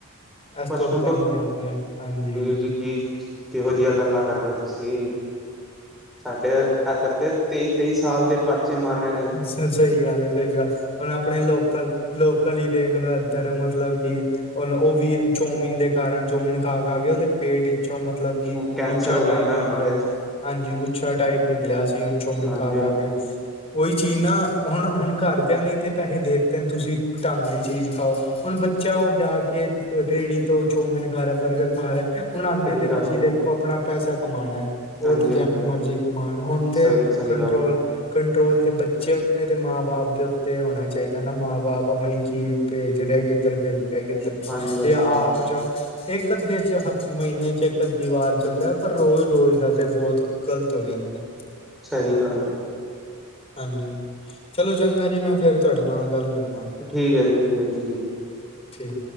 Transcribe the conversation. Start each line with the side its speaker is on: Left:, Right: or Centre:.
Left: ਐਸ
Centre: ਬਚਪਨ
Left: ਤੋ ਉੱਪਰ
Centre: ਤੋਂ
Left: ਨੀ ਜਾਂਦੇ, ਹਾਂਜੀ।
Centre: ਵੀਰ ਜੀ ਕੀ, ਕੇਹੋ ਜੀਆ ਗੱਲਾਂ ਕਰ ਰੇ ਓ ਤੁਸੀਂ, ਸਾਡੇ ਐਧਰ ਤੇ ਤੇਈ, ਤੇਈ ਸਾਲ ਦੇ ਬੱਚੇ ਮਰ ਰੇ ਨੇ।
Left: ਸ ਸਈ ਗੱਲ ਏ, ਸਈ ਗੱਲ। ਔਰ ਅਪਣੇ ਲੋਕਲ-ਲੋਕਲ ਈ ਦੇਖਲੋ, ਐਧਰ ਮਤਲਵ ਕਿ ਔਰ ਓ ਵੀ ਚੋਮਿਨ ਦੇ ਕਾਰਨ, ਚੋਮਿਨ ਖਾ-ਖਾ ਕੇ ਓਦੇ ਪੇਟ 'ਚੋ ਮਤਲਵ ਕਿ,
Centre: ਕੈਂਸਰ
Left: ਗੁੱਛਾ
Centre: ਹੋ ਜਾਂਦਾ
Left: ਟਾਈਪ
Centre: ਉਹਨਾਂ
Left: ਨਿਕਲੇ।
Centre: ਦੇ
Left: ਹਾਂਜੀ, ਗੁੱਛਾ ਟਾਈਪ ਨਿਕਲਿਆ ਸੀ ਹੁਨ, ਚੋਮਿਨ
Centre: ਹਾਂਜੀ
Left: ਖਾ-ਖਾ
Centre: ਹਾਂਜੀ
Left: ਕੇ। ਕੋਈ ਚੀਜ਼ ਨਾ, ਹੁਣ-ਹੁਣ ਘਰਦੇਆਂ ਨੇ ਤੇ ਪੈਹੇ ਦੇ ਦੇਤੇਂ, ਤੁਸੀਂ ਢੰਗ ਦੀ ਚੀਜ਼ ਖਾਓ। ਹੁਨ ਬੱਚਾ ਓ ਜਾ ਕੇ ਰੇੜੀ ਤੋਂ, ਚੌਮਿਨ ਖਾ ਰੇਆ, ਬਰਗਰ ਖਾ ਰੇਆ ਉਨ੍ਹਾਂ ਨੇ
Centre: ਸਹੀ
Left: ਤੇ
Centre: ਗੱਲ
Left: ਜੀ
Centre: ਹੈ
Left: ਦੇਖੋ, ਅਪਣਾ ਪੈਸਾ ਕਮਾਣੈ ਓ
Centre: ਹਾਂਜੀ
Left: ਤੇ ਜੈਵੇਂ
Centre: ਹਾਂਜੀ ਹਾਂਜੀ
Left: ਮਰਜੀ ਕਮਾਨ, ਹੁਨ ਤੇ
Centre: ਸਹੀ
Left: ਏਕ
Centre: ਸਹੀ
Left: ਕੰਟਰੋਲ-ਕੰ
Centre: ਗੱਲ ਹੈ
Left: ਕੰਟਰੋਲ ਤੇ ਬੱਚੇ ਉੱਤੇ, ਤੇ ਮਾਂ ਬਾਪ ਦੇ ਉੱਤੇ ਹੋਣਾ ਚਾਹੀਦਾ ਨਾ, ਮਾਂ ਬਾਪਵੇ ਕੀ ਭੇਜ ਰਿਹਾ, ਕਿੱਧਰ ਭੇਜ ਰਿਹਾ, ਕਿੱਧਰ ਨੀ।
Centre: ਹਾਂਜੀ ਹਾਂਜੀ
Left: ਜੇ ਆਪ
Centre: ਹਾਂਜੀ
Left: ਜਾਓ ਇਕ ਅੱਧੇ 'ਚ ਹ ਮਹੀਨੇ 'ਚ, ਇੱਕ ਅੱਧੀ ਵਾਰ ਚੱਲਦਾ, ਪਰ ਰੋਜ਼-ਰੋਜ਼ ਦਾ ਤੇ ਬਹੁਤ ਗਲਤ ਹੋ ਜਾਂਦਾ।
Centre: ਸਹੀ ਗੱਲ ਹੈ।
Left: ਹਾਂਜੀ, ਚਲੋ ਚੰਗਾ ਜੀ, ਮੈਂ ਫੇਰ ਤੁਹਾਡੇ ਨਾਲ ਗੱਲ ਕਰਨਾ।
Centre: ਠੀਕ ਹੈ ਜੀ, ਠੀਕ ਹੈ ਜੀ, ਠੀਕ ਹੈ।
Left: ਠੀਕ।